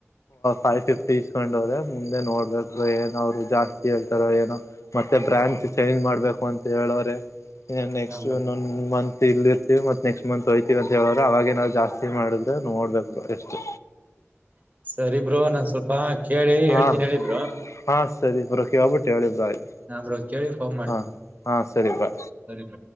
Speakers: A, on the left; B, on the right.
A: ಫೈವ್ ಫಿಫ್ಟಿ ಇಸ್ಕೊಂಡೋರೆ ಮುಂದೆ ನೋಡ್ಬೇಕು ಏನ ಅವ್ರು ಜಾಸ್ತಿ ಹೇಳ್ತಾರ ಏನೋ ಮ ಮತ್ತೆ ಬ್ರ್ಯಾಂಚ್ ಚೇಂಜ್ ಮಾಡ್ಬೇಕು ಅಂತ ಹೇಳವ್ರೆ ನೆಕ್ಸ್ಟ್
B: ಹಾ ಬ್ರೋ
A: ಇನ್ನೊಂದ ಮಂತ್ ಇಲ್ ಇರ್ತೀವಿ ಮತ್ ನೆಕ್ಸ್ಟ್ ಮಂತ್ ಹೊಯ್ತೀವಿ ಅಂತ ಹೇಳವ್ರೆ ಅವಾಗೆ ನಾವು ಜಾಸ್ತಿ ಮಾಡಿದ್ರೆ ನೋಡ್ಬೇಕ ಎಷ್ಟು
B: <inaudible> ಸರಿ ಬ್ರೋ ನಾನ್ ಸ್ವಲ್ಪ ಕೇಳಿ ಹೇಳ್ತೀನಿ
A: ಹಾ
B: ಹೇಳಿ ಬ್ರೋ
A: ಹಾ ಸರಿ ಬ್ರೋ ಕೇಳಿ ಬಿಟ್ಟು ಹೇಳಿ ಬ್ರೋ ಆತ
B: ಹಾ ಬ್ರೋ ಕೇಳಿ ಫೋನ್ ಮಾಡ್ತೀನಿ
A: ಹಾ ಹಾ ಸರಿ ಬ್ರೋ
B: ಸರಿ ಬ್ರೋ